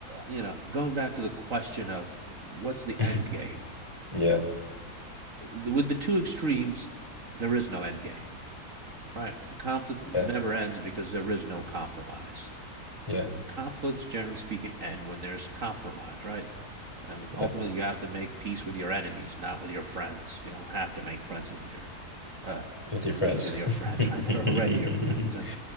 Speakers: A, on the right; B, on the left.
A: you know, going back to the question of what's the
B: <laughs>
A: end game?
B: Yeah,
A: With the two extremes, there is no end game, right? A conflict never
B: yeah,
A: ends because there is no compromise.
B: yeah,
A: Conflicts, generally speaking, end when there's compromise, right? I mean, ultimately,
B: yeah.
A: you have to make peace with your enemies, not with your friends. You don't have to make friends with your uh,
B: With your friends.
A: peace with your <laughs> friends,
B: <laughs>
A: right? They're already your friends, and